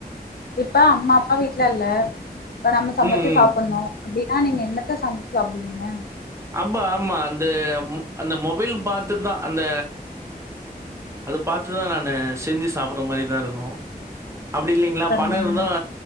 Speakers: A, on the left; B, on the right.
A: இப்ப அம்மா அப்பா வீட்டல இல்ல இப்ப நம்ம சமைச்சு
B: ம், ம்.
A: சாப்படணு அப்டின்னா நீங்க என்னத்த சமைச்சு சாப்டுவீங்க
B: அம்பா ஆமா அந்த அந்த மொபைல் பார்த்துதான் அந்த அத பாத்துதான் நானு செஞ்சு சாப்பிற மாதிரிதான் இருக்கோம் அப்படி இல்லைங்களா
A: சரிங்கண்ணா
B: பண தான்